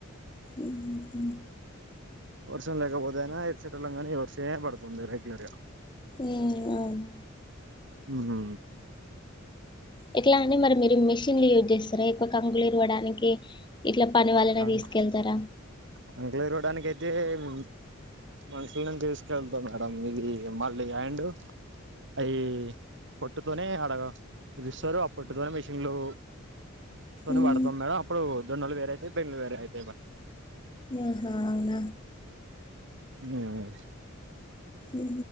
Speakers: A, on the left; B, on the right.
A: ఉహూ
B: వర్షం లేకపోతేయినా విడిచే టోల్లం కానీ ఈ వర్షమే పడుతుంది రెగ్యులర్ గా
A: ఏ అవున
B: ఉహు
A: ఏట్లా అండి మరి మీరు మిషన్లు యూజ్ చేస్తార ఎక్కువ కంకులు ఇరవడానికి ఇట్లా పని వాళ్ళని
B: కంకు
A: తీసుకెళ్తారా
B: కంకులు ఈరవాడని కి అయితే తే మనుషుల తీసుకెళ్తా మేడం ఇది మళ్ళీ అండు అయి పొట్టుతోనే అడగ ఇరుస్తారు ఆ పట్టుతోనే మిషన్లు తొని
A: ఉమ్
B: పడతాం మేడం అప్పుడు జోన్నలు వేర అయితే బెండ్లు వేర అయితే
A: ఆహా అవునా
B: నో వాయిస్
A: ఊ